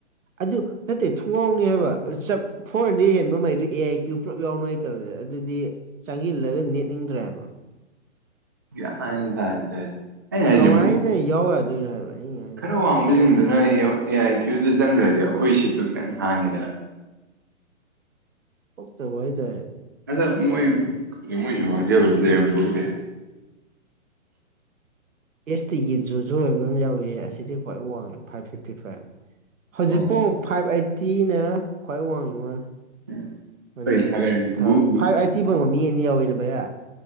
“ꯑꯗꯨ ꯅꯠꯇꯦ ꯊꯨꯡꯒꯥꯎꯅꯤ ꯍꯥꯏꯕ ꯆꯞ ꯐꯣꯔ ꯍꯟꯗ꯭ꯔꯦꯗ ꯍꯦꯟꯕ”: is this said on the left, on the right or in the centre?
Right